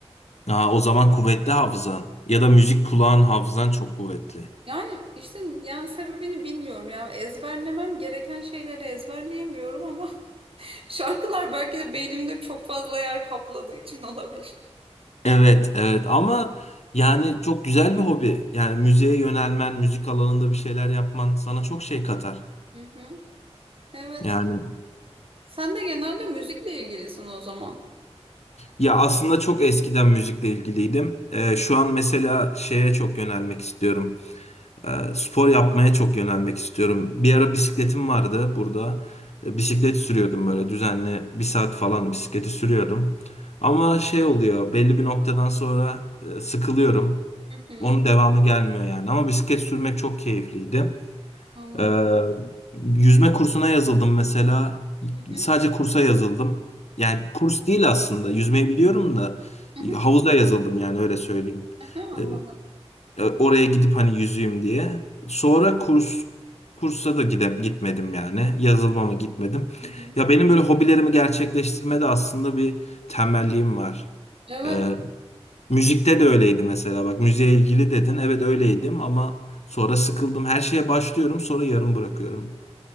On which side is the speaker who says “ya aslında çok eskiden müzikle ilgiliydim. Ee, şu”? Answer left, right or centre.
Left